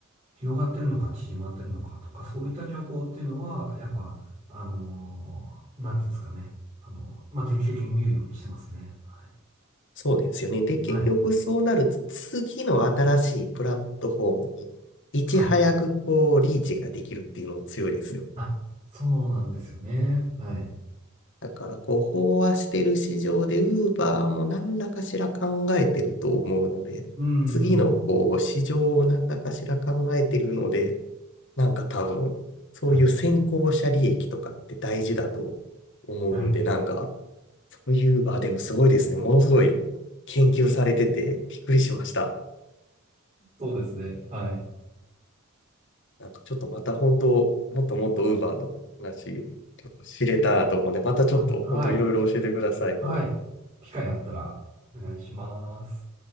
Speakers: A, on the right; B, on the left.
A: 広がってるのか、縮まってるのかとか、そういった情報っていうのは、やっぱ、あのーなんていうんですかね。あのーまあ、定期的に見るようにしてますね。はい。
B: そうですよね。で、結局そうなると、
A: はい。
B: 次の新しいプラットフォームに、いち早くこう、
A: はい。
B: リーチができるっていうのも強いですよ。
A: あ、そうなんですよね。はい。
B: だから、こう、飽和してる市場で、ウーバーも何らかしら考えてると思うので、
A: うーん。
B: 次のこう、市場を何らかしら考えてるので、なんか多分、そういう先行者利益とかって大事だと思うんで、
A: はい。はい。
B: なんか、そういう、あ、でもすごいですね。ものすごい研究されててびっくりしました。
A: そうですね。はい。
B: なんかちょっとまた本当、もっともっと Uber の話、ちょっと知れたらと思うんで、またちょっと本当いろいろ教えてください。
A: あ、はい。はい。
B: もう。
A: 機会あったらお願いします。